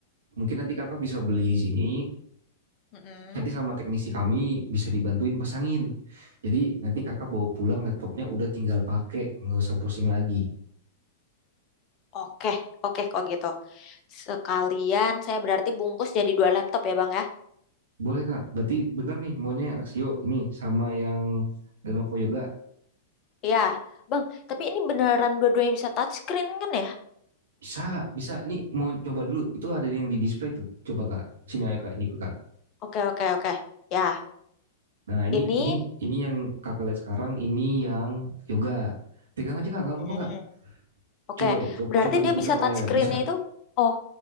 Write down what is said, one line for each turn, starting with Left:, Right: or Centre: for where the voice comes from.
Right: Mungkin nanti kakak bisa beli di sini
Left: Mm-mm.
Right: nanti sama teknisi kami bisa dibantuin pasangin. Jadi nanti kakak bawa pulang laptopnya udah tinggal pakai, nggak usah pusing lagi.
Left: Oke, oke kok gitu. Sekalian saya berarti bungkus jadi dua laptop ya bang ya.
Right: Boleh kak, berarti bener nih maunya yang Axio ini sama yang Lenovo Yoga.
Left: Ya, bang. Tapi ini beneran dua-duanya bisa touchscreen kan ya?
Right: Bisa, bisa. Nih mau coba dulu. Itu ada yang di display tuh. Coba kak. Sini ayo kak, ini kak.
Left: Oke, oke, oke. Ya,
Right: Nah ini
Left: ini.
Right: ini ini yang kakak lihat sekarang. Ini yang Yoga. Pegang aja kak, nggak apa-apa
Left: mm,
Right: kak.
Left: Oke,
Right: Coba deh, Coba
Left: berarti
Right: coba, diputar
Left: dia bisa
Right: layar
Left: touch screen-nya
Right: ya. Bisa,
Left: itu. Oh,